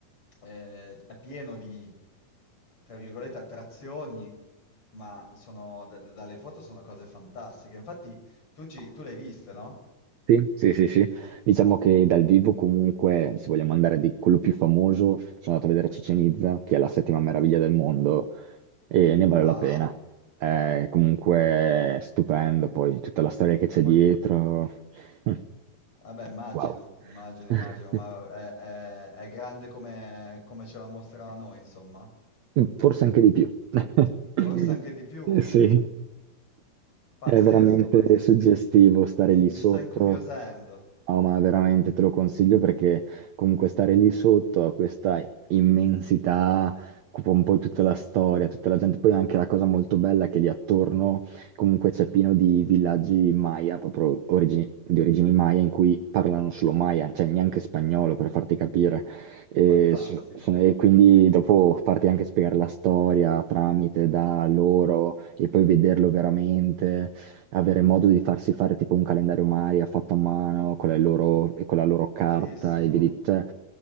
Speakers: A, on the left (about 35°); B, on the right (about 80°).
A: eh, è pieno di, tra virgolette, attrazioni, ma sono, da- da- dalle foto sono cose fantastiche. Infatti, tu, ci, tu le hai viste, no?
B: Sì, sì, sì, sì. Diciamo che dal vivo comunque, se vogliamo andare di quello più famoso, sono andato a vedere Ciccien Itza, che è la settima meraviglia del mondo, e ne vale la
A: Ah,
B: pena. È comunque stupendo, poi tutta la storia che c'è
A: ma...
B: dietro. <laughs>
A: Vabbè, immagino,
B: Wow.
A: immagino,
B: <laughs>
A: immagino, ma è, è- è grande come, come ce la mostra a noi, insomma.
B: Forse anche di più.
A: Forse
B: <laughs>
A: anche di più.
B: Sì.
A: Pazzesco,
B: È veramente
A: pazzesco.
B: suggestivo stare
A: Mi,
B: lì
A: mi
B: sotto.
A: sta incuriosendo.
B: No, ma veramente te lo consiglio perché comunque stare lì sotto a questa immensità, occupa un po' tutta la storia, tutta la gente. Poi anche la cosa molto bella è che lì attorno comunque c'è pieno di villaggi Maya, proprio origini- di origini Maya, in cui parlano solo Maya, cioè neanche spagnolo per farti capire. E,
A: Fantastico,
B: so- so- e quindi dopo parti anche a spiegare la storia tramite da loro e poi vederlo veramente, avere modo di farsi fare tipo un calendario Maria fatto a mano con le loro- e con la loro carta
A: bellissimo.
B: e vedi, cioè,